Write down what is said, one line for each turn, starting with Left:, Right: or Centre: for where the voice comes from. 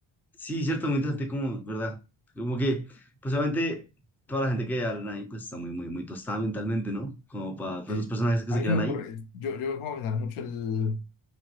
Centre: Sí, cierto, muy interesante, como, ¿verdad? Como que, pues obviamente, toda la gente que habla ahí, pues está muy, muy, muy tostada mentalmente, ¿no? Como para, sus
Left: que
Centre: personajes que
Left: a
Centre: se
Left: mí
Centre: quedan
Left: se me ocurre,
Centre: ahí.
Left: yo, yo voy a pensar mucho el,